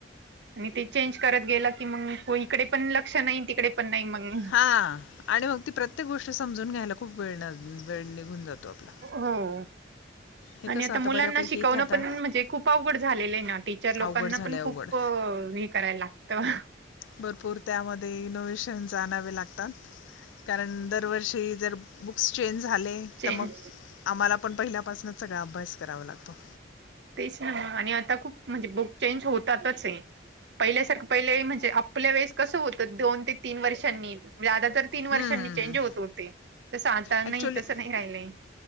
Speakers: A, on the right; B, on the left.
A: आणि ते चेंज करत गेलं की मग इकडे पण लक्ष नाही तिकडे पण नाही मग
B: हा आणि मग ती प्रत्येक गोष्ट समजून घ्यायला खूप वेळ वेळ निघून जातो आपला.
A: हम.
B: हे
A: आणि
B: कसं
A: आता मुलांना
B: बऱ्यापैकी
A: शिकवणं
B: इथे आता
A: पण म्हणजे खूप अवघड झालेलं आहे ना, टीचर लोकांना
B: अवघड झालंय
A: पण
B: अवघड.
A: खूप प हे करायला लागतं.
B: भरपूर त्यामध्ये इनोवे्हेशन्स आणावे लागतात. कारण दरवर्षी जर बुक्स चेंज झाले
A: चेंज
B: तर मग, आम्हाला पण पहिल्यापासूनच सगळा अभ्यास करावा लागतो.
A: तेच ना मग आणि आता खूप म्हणजे बुक चेंज होतातच आहे. पहिल्यासारखं पहिले म्हणजे आपल्या वेळेस कसं होतं दोन ते तीन वर्षांनी जादा तर तीन
B: हं,
A: वर्षांनी
B: हं.
A: चेंज होत होते. तसं आता नाही
B: ॲक्चुअली
A: तसं नाही राहिलंय.